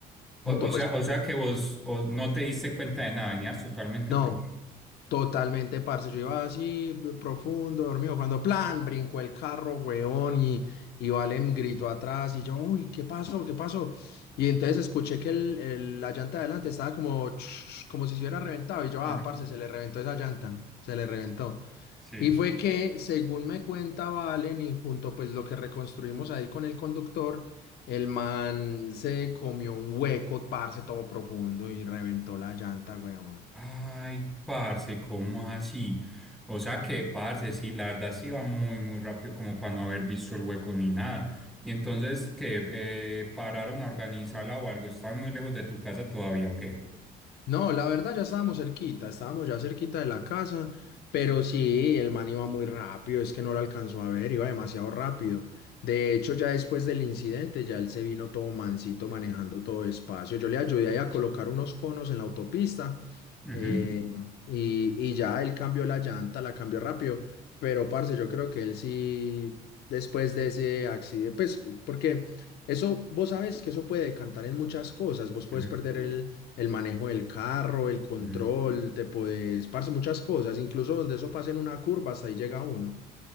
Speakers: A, on the left; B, in the centre.
A: junto
B: O, o sea,
A: pues,
B: o sea que vos o- no te diste cuenta de nada, venías totalmente
A: no,
B: pro.
A: totalmente, parce, yo iba así, b- profundo, dormido, cuando, plan, brincó el carro, huevón, y, y Valen gritó atrás, y yo, uy, ¿qué pasó? ¿Qué pasó? Y entonces escuché que el- el- la llanta de adelante estaba como, <tsk> como si se hubiera reventado, y yo, ah,
B: Ujú.
A: parce, se le reventó esa llanta, se le reventó.
B: Sí.
A: Y fue que, según me cuenta Valen, y junto pues lo que reconstruimos ahí con el conductor, el man se comió un hueco, parce, todo profundo y reventó la llanta, weón.
B: Ay, parce, ¿cómo así? O sea que, parce, sí, la verdad sí iba muy, muy rápido como para no haber visto el hueco ni nada. Y entonces, que ¿Pararon a organizarla o algo? ¿Están muy lejos de tu casa todavía o qué?
A: No, la verdad ya estábamos cerquita, estábamos ya cerquita de la casa, pero sí, el man iba muy rápido, es que no lo alcanzó a ver, iba demasiado rápido. De hecho, ya después del incidente, ya él se vino todo mansito manejando todo despacio. Yo le ayudé ahí a colocar unos conos en la autopista
B: Ujú.
A: eh, y, y ya él cambió la llanta, la cambió rápido, pero parce, yo creo que él sí, después de ese accidente, pues porque... Eso, vos sabes que eso puede decantar en muchas cosas. Vos puedes
B: Ujú.
A: perder el, el manejo del carro, el control,
B: Ujú.
A: te podés, parce, muchas cosas, incluso donde eso pasa en una curva, hasta ahí llega uno.